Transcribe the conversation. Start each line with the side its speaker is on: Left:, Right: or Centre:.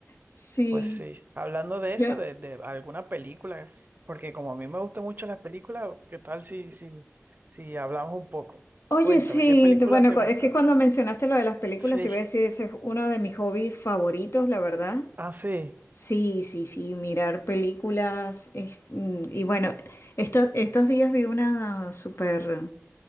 Left: Sí,
Right: Pues sí, hablando de
Left: yo.
Right: eso, de, de alguna película, porque como a mí me gustan mucho las películas, ¿qué tal si, si, si hablamos un poco?
Left: Oye,
Right: Cuéntame,
Left: sí,
Right: ¿qué película
Left: de- bueno,
Right: te
Left: cu-
Right: gusta?
Left: es que cuando mencionaste lo de las películas,
Right: Sí.
Left: te iba a decir, ese es uno de mis hobbies favoritos, la verdad.
Right: Ah, sí.
Left: Sí, sí, sí, mirar películas. es- mm, y bueno, esto- estos días vi una super